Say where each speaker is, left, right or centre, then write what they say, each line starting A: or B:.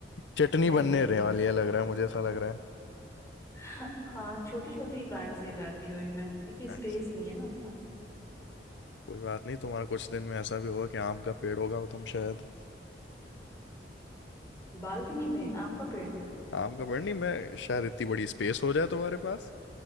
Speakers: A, on the left; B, on the left.
A: चटनी
B: नहीं
A: बनने
B: नहीं
A: रहने
B: नहीं
A: वाली है लग रहा है मुझे ऐसा लग रहा है
B: <laughs> हाँ छोटे छोटे ही प्लांट्स ही उगाती हूँ अभी मैं क्योंकि स्पेस
A: अच्छा,
B: नहीं है ना
A: कोई बात नहीं तुम्हारा कुछ दिन में ऐसा भी होगा कि आम का पेड़ होगा और तुम शायद
B: बालकनी में आम का पेड़
A: आम का पेड़ नहीं मैं शायद इतनी बड़ी स्पेस हो जाए तुम्हारे पास